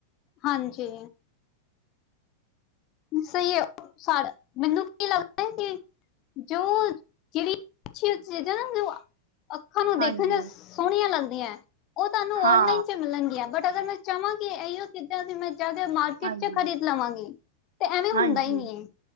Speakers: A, on the left (about 35°); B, on the right (about 65°).
A: ਹਾਂਜੀ। ਸਹੀ ਹੈ। ਉਹਾ ਮੈਨੂੰ ਕੀ ਲੱਗਦਾ ਕਿ <unintelligible> ਅੱਖਾਂ ਨੂੰ ਦੇਖਣ
B: ਹਾਂਜੀ
A: ਚ ਸੋਹਣੀਆਂ ਲੱਗਦੀਆਂ। ਉਹ ਤੁਹਾਨੂੰ
B: ਹਾਂ
A: ਔਨਲਾਈਨ ਚ ਮਿਲਣਗੀਆਂ। ਬਟ ਅਗਰ ਮੈਂ ਚਵਾਂਗੀ। ਇਹੀਓ ਚੀਜ਼ਾਂ ਸੀ ਮੈਂ ਜਿਆਦਾ ਮਾਰਕੀਟ
B: ਹਾਂਜੀ
A: ਚ ਖਰੀਦ ਲਵਾਂਗੀ। ਤੇ ਐਵੇਂ, ਹੁੰਦਾ
B: ਹਾਂਜੀ
A: ਹੀ ਨਹੀ ਹੈ।